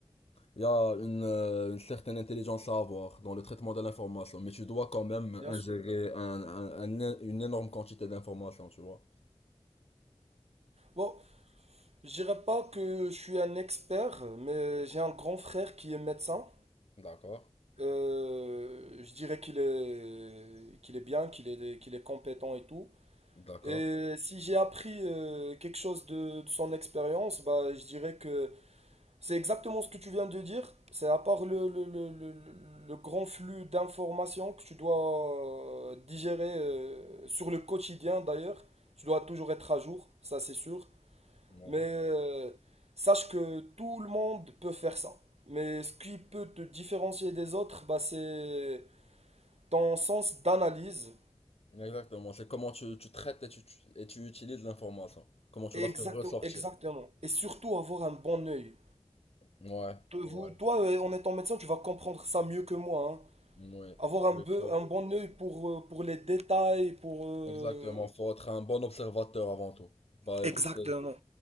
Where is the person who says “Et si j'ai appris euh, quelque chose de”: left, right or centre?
Right